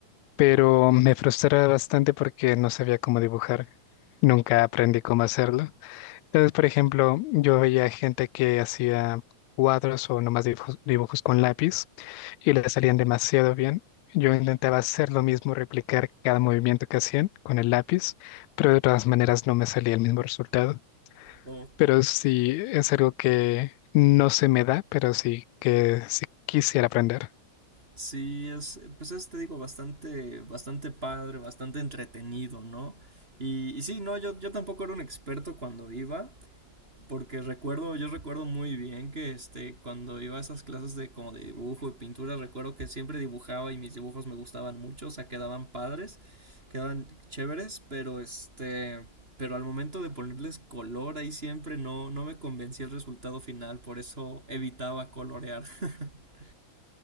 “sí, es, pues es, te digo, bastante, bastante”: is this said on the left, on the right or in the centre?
Right